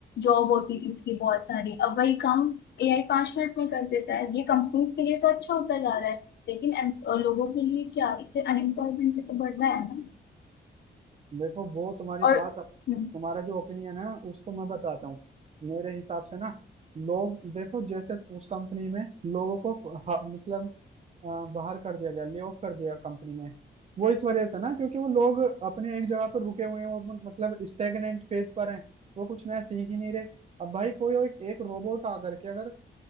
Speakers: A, on the left; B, on the right.
A: जॉब होती थी उसकी बहुत सारी अब वही काम एआई पांच मिनट में कर देता है ये कंपनीज के लिए तो अच्छा होता जा रहा है लेकिन em- अ, लोगों के लिए क्या इससे अनएम्प्लॉयमेंट भी तो बढ़ रहा है ना
B: देखो वो तुम्हारी
A: और
B: बात अब
A: हम्म,
B: तुम्हारा जो ओपिनियन है ना उसको मैं बताता हूँ मेरे हिसाब से ना लोग देखो जैसे उस कंपनी में लोगों को फ- ह- मतलब अ, बाहर कर दिया गया ले ऑफ कर दिया कंपनी में वो इस वजह से ना क्योंकि वो लोग अपने एक जगह पर रुके हुए हैं वो अपन- मतलब स्टेगनेंट फेज पर हैं वो कुछ नया सीख ही नहीं रहे अब भाई कोई एक, एक रोबोट आकर के अगर